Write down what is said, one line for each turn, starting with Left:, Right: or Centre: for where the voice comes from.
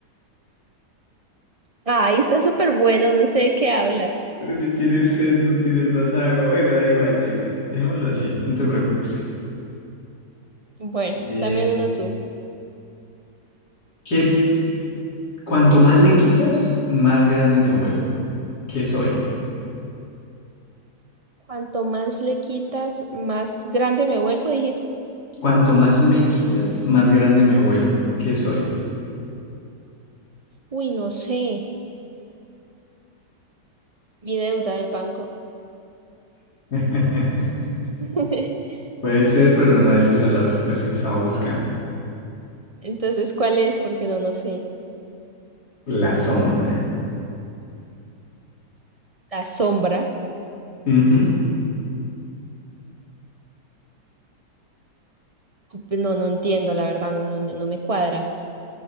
Right: Ahí está súper bueno, no sé de qué hablas.
Left: Pero si tienes sed, no tienes más agua. Bueno, da igual, da igual. Dejémoslo así, no te preocupes.
Right: Bueno,
Left: Eh,
Right: dame uno tú.
Left: ¿qué- Cuanto más le quitas, más grande me vuelvo. ¿Qué soy?
Right: Cuanto más le quitas, más grande me vuelvo. Dijiste,
Left: Cuanto más me quitas, más grande me vuelvo. ¿Qué soy?
Right: uy, no sé, mi deuda del banco.
Left: <laughs>
Right: <laughs>
Left: Puede ser, pero no es esa la respuesta que estamos buscando.
Right: Entonces, ¿cuál es? Porque no, no sé.
Left: La sombra.
Right: La sombra,
Left: Ujú.
Right: no, no entiendo, la verdad, no, no, no me cuadra.